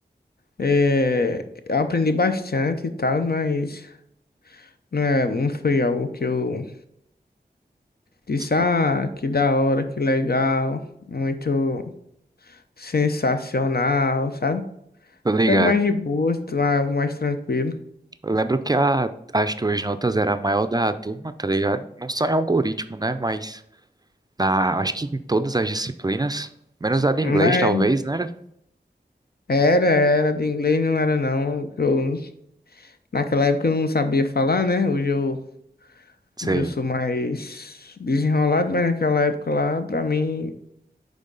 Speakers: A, on the left; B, on the right.
A: É, eu aprendi bastante e tal, mas não, é, não foi algo que eu disse,
B: Sim.
A: ah, que da hora, que legal, muito sensacional, sabe?
B: Tô ligado.
A: Foi algo mais de boa, algo mais tranquilo.
B: Eu lembro que a- as tuas notas eram a maior da turma, tá ligado? Não só em algoritmo, né? Mas na, acho que em todas as disciplinas, menos a de inglês,
A: Mas
B: talvez, né?
A: era, era de inglês, não era não. Eu, naquela época eu não sabia falar, né? Hoje eu
B: Sei.
A: Hoje eu sou mais desenrolado, mas naquela época lá, pra mim,